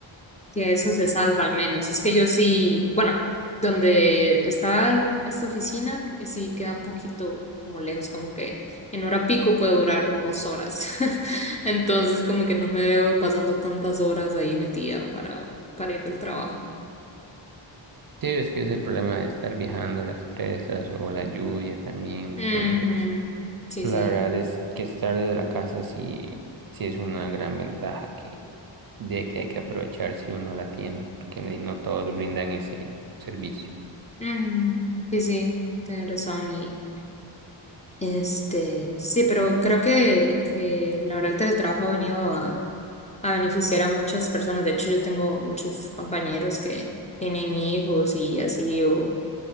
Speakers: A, on the left; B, on the right.
A: que eso se salva al menos. Es que yo sí, bueno, donde estaba el- esta oficina, eh, sí queda un poquito como lejos, como que en hora pico puede durar como dos horas. <laughs> Entonces, como que no me veo pasando tantas horas ahí metida para, para ir al trabajo.
B: Sí, es que es el problema de estar viajando las presas o la lluvia también. Entonces,
A: Ujú. Sí,
B: la
A: sí.
B: verdad es que estar desde la casa sí, sí es una gran ventaja que, de que hay que aprovechar si uno la tiene, porque no todos brindan ese servicio.
A: Mm, sí, sí, tienes razón. Y este, sí, pero creo que, que la verdad el teletrabajo ha venido a, a beneficiar a muchas personas. De hecho, yo tengo muchos compañeros que tienen hijos y así, o,